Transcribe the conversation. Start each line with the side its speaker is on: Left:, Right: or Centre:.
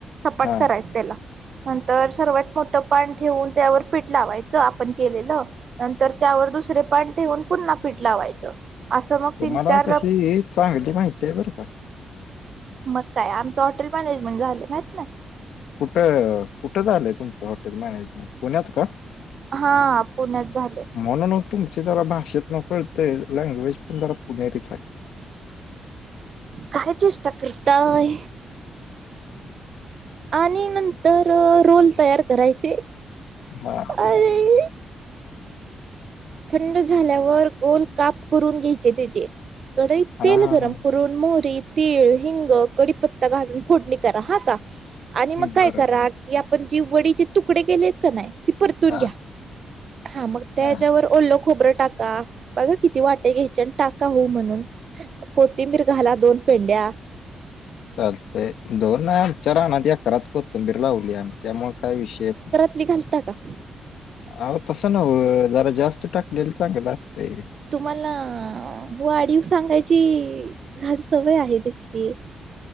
Right: सपांट
Left: हा
Right: करायचां त्यांला नंतर सर्वात मोठं पानं ठेवूंन त्यांवर पीठ लावायचं आपणं केलेलं नंतर त्यांवर दुसरे पांण ठेवऊंन पुन्हां पीठ लावायचं असं मग
Left: तुम्हांला
Right: तीन चार
Left: तशी चांगली माहिती आहे बरंका
Right: मंग कायं आमचं हॉटेल मॅनेजमेंट झालं माहित नाहीं
Left: कुठं कुठं झालंय तुमचं हॉटेल मॅनेजमेंट पुण्यांत कां
Right: हां पुण्यांत झाले
Left: म्हणूंन तुमची जरां भाषेत नकळते लँग्वेज पणं जरां पुणेरीच आहे
Right: कायं चेष्टा करतांय आणि नंतर रोलोल तयार करायचे
Left: हां
Right: अरे थंड झाल्यांवरं गोलं कांप करूंन घ्यायचे त्याचे कडई
Left: हा
Right: तेल
Left: हा
Right: गरमं
Left: हा
Right: करूंन मोरी तीळ हिंग कडीपता घालूंन फोडणी करां हां कां आणि मंग कायं
Left: बरं
Right: करां की आपणं जी वडीचे तुकडे केेलेत कां नाहीं ती परतूंन
Left: हा
Right: घ्यां हां मंग त्यांत
Left: हा
Right: ओल्लो खोबरं टाकां बघां किती वाटे घ्यायचे आणि टाकां हो म्हणूंन कोथिंबीरघांला दोन पेंड्यां
Left: चालतंय दोन आमच्यां राहनांत एकरांत कोथंबीर लावली आम्हीं त्यांमुळे कायं विषय येतं नाहीं
Right: इटली घालतां कां
Left: अंव तसं नववं जरां जास्तं टाकलेल चांगल असतं
Right: तुम्हांला वाढीव सांगायची घांण सवंय आहे दिसती